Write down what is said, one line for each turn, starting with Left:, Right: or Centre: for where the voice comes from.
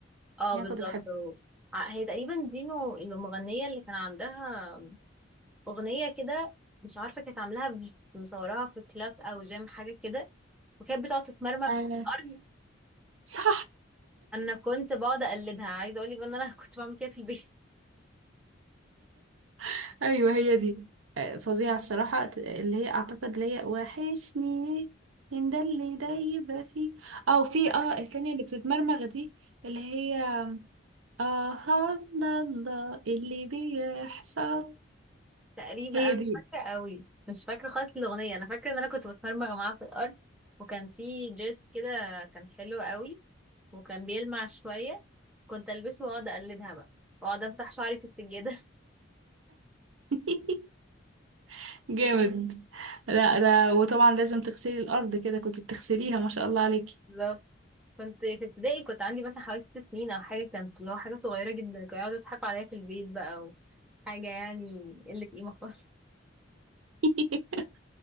Centre: اه
Right: يعني
Centre: بالظبط
Right: كنت بحب
Centre: هو- ع- هي تقريبا دينو المغنية اللي كان عندها أغنية كده مش عارفة كانت عاملاها ب- مصوراها في كلاس أو جيم حاجة كده وكانت بتقعد تتمرمغ
Right: آه
Centre: في الأرض
Right: صح
Centre: أنا كنت بقعد أقلدها عايزة أقولك بقى إن أنا <laughs> كنت بعمل كده في البيت
Right: <laughs> ايوه هي دي آه، فظيعه الصراحه اللي هي اعتقد اللي هي وحشني ليه ان ده اللي ده يبقى فيه او
Centre: <laughs>
Right: في اه التانية اللي بتتمرمغ دي اللي هي آها لا لا اللي بيحصل
Centre: تقريبا
Right: هي
Centre: انا
Right: دي
Centre: مش فاكره قوي مش فاكره خالص الاغنيه انا فاكره ان انا كنت بتمرمغ معاه في الارض وكان في دريس كده كان حلو قوي وكان بيلمع شويه كنت البسه واقعد اقلدها بقى واقعد امسح شعري في السجاده <laughs>
Right: <laughs> جامد لا لا وطبعا لازم تغسلي الأرض كده كنت بتغسليها ما شاء الله عليكي
Centre: بالظبط كنت في ابتدائي كنت عندي مثلا حوالي ست سنين او حاجه كانت اللي هو حاجه صغيره جدا كانوا يقعدوا يضحكوا عليا في البيت بقى وحاجه يعني قله قيمه خالص
Right: <laughs>